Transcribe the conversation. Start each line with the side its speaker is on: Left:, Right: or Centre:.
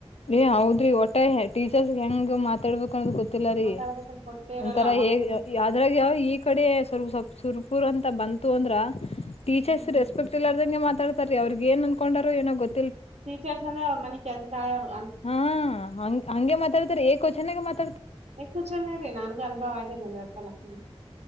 Left: ಏ ಹೌದ್ರಿ ಒಟ್ಟ ಟೀಚರ್ಸ್ ಹೆಂಗ ಮಾತ್ ತಡ್ಬೇಕು ಅೋ ಗೊತ್ತು ಲ್ಲ ರೀ
Right: ಮಾತಾಡ್ಬೇಕಂತ ಗೊತ್ತೇ ಇರಲ್ಲ
Left: ಒಂಥರ
Right: ಒಂದ್
Left: ಹೇಗ್ ಅದ್ರಾಗ ಯಾವ ಈ ಕಡೆ ಸ್ವಲ್ಪ ಸ್ ಸ್ವಲ್ಪ ಪೂರ್ ಅಂತ ಬಂತು ಅಂದ್ರ ಟೀಚರ್ಸ್
Right: ಹ್ಮ್
Left: ರೆಸ್ಪೆಕ್ಟ್ ಇಲ್ಲಾರದಂಗೆ ಮಾತಾಡ ಸರ್ ಅವ್ರಗ ಏ ಅನ್ೊಂಡೋ ಏನೋ ಗೊತ್ತ
Right: ಚರ್ಂದ್ರೆ ಮ ಕೆಲಸ ನಾಳ.
Left: ಹಾ ಹ ಹಗೆ ಮಾತಾಡ್ತಾರೆ. ಕೊ ನ ಮತ್ತೆ.
Right: ಎಕ್ಕು ಚನ ಇ ರರಿ ನನ್ಗು ಅನುಭವ ಆಗಿದೆಂದ ಯಕಲ್ಲ ಹ.